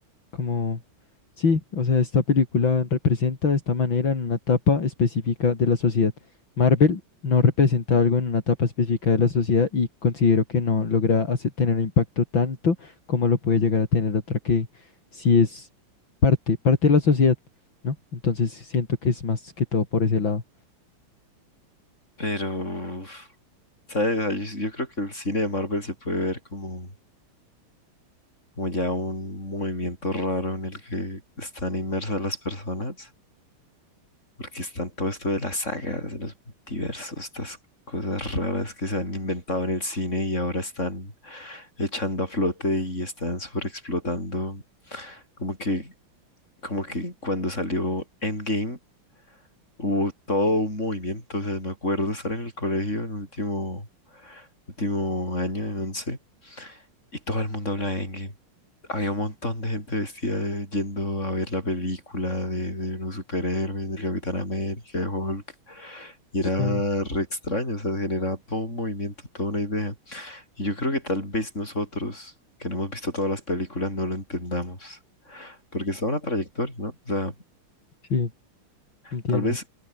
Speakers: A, on the left (about 60°); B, on the left (about 30°).
A: Como, sí, o sea, esta película representa de esta manera en una etapa específica de la sociedad. Marvel no representa algo en una etapa específica de la sociedad y considero que no logra hace- tener un impacto tanto como lo puede llegar a tener otra que sí es parte, parte de la sociedad, ¿no? Entonces siento que es más que todo por ese lado.
B: Pero, uf, ¿sabes? Ah, Yo, yo creo que el cine de Marvel se puede ver como, como ya un movimiento raro en el que están inmersas las personas. Porque están todo esto de las sagas, de los multiversos, estas cosas raras que se han inventado en el cine y ahora están echando a flote y están sobreexplotando. Como que, como que cuando salió Endgame hubo todo un movimiento. O sea, me acuerdo estar en el colegio en último, último año, en once, y todo el mundo habla de Endgame. Había un montón de gente vestida de- yendo a ver la película de, de los superhéroes, del Capitán América, de Hulk. Y
A: Sí.
B: era re extraño, o sea, generaba todo un movimiento, toda una idea. Y yo creo que tal vez nosotros, que no hemos visto todas las películas, no lo entendamos. porque está una trayectoria, ¿no? O sea,
A: Sí, entiendo.
B: tal vez,